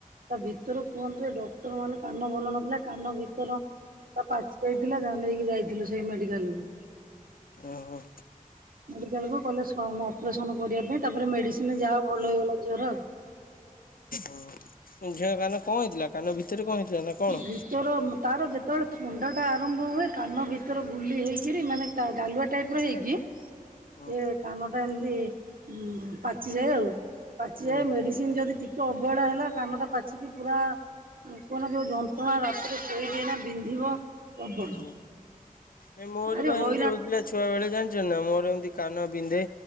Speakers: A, on the right (about 70°); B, on the left (about 75°).
A: ତା ଭିତରୁ କୁହନ୍ତୁ ଏ ଡକ୍ଟର ମାନେ କାନ ଭଲ ନଥିଲା କାନ ଭିତ ତର ତା ପାଚି ଯାଇଥିଲା ନେଇକି ଯାଇଥିଲୁ ସେଇ ମେଡିକାଲ କୁ।
B: ଓ ହୋ।
A: ମେଡିକାଲ କୁ କହିଲେ ସମ ଅପରେସନ କରିବା ପାଇଁ ତାପରେ ମେଡିସିନି ରେ ଯାହା ହୋଉ ଭଲ ହେଇଗଲା ଝିଅର ଆଉ।
B: ଓ ହୋ ଝିଅ କାନ କଣ ହେଇଥିଲା କାନ ଭିତରେ କଣ ହେଇଥିଲା ନା କଣ?
A: ଭିତର ତାର ଯେତେବେଳେ ଥଣ୍ଡାଟା ଆରମ୍ଭ ହୁଏ କାନ ଭିତରେ ଗୁଲି ହେଇକିରି ମାନେ ତା ଗାଲୁଆ ଟାଇପ ର ହେଇକି
B: ହୁଁ
A: ସେ କାନ ଟା ଏମତି ଉଁ ପାଚିଯାଏ ଆଉ, ପାଚିଯାଏ
B: ହୁଁ
A: ମେଡିସିନ
B: ହୁଁ
A: ଯଦି ଅବହେଳା ହେଲା କାମଟା ପାଚିକି ପୁରା କୁହନା ଯୋଉ ଯନ୍ତ୍ରଣା ରାତିରେ ଶୋଇଦିଏନା ବିନ୍ଧିବ। ପ୍ରବଳ
B: ହଁ। ନାଇ ମୋର
A: ଭାରି
B: ବା
A: ହଇରାଣ
B: ଏମିତି ହଉଥି ଛୁଆ ବେଳେ ଜାଣିଛ ନା ମୋର ଏମିତି କାନ ବିନ୍ଧେ।